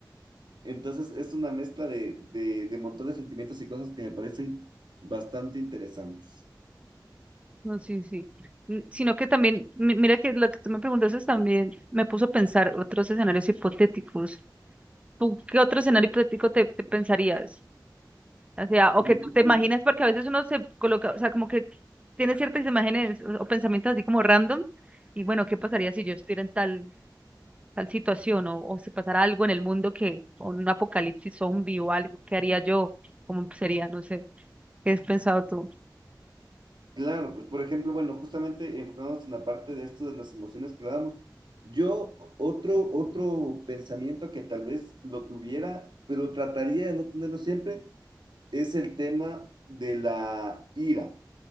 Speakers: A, on the right; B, on the right.
A: Entonces es una mezcla de, de, de montón de sentimientos y cosas que me parecen bastante interesantes.
B: no sé si, mm, sino que también, mi- mira que lo que tú me preguntaste también me puso a pensar otros escenarios hipotéticos. ¿Tú qué otro escenario hipotético te, te pensarías? O sea,
A: Por
B: o que
A: ejemplo,
B: tú te imaginas, porque a veces uno se coloca, o sea, como que tiene ciertas imágenes o, o pensamientos así como random, y bueno, ¿qué pasaría si yo estuviera en tal tal situación o, o si pasara algo en el mundo que, o un apocalipsis zombie o algo, ¿qué haría yo? ¿Cómo sería? No sé, ¿qué has pensado tú?
A: Claro, pues por ejemplo, bueno, justamente enfocándonos en la parte de esto de las emociones que dábamos, yo otro, otro pensamiento que tal vez lo tuviera, pero trataría de no tenerlo siempre, es el tema de la ira.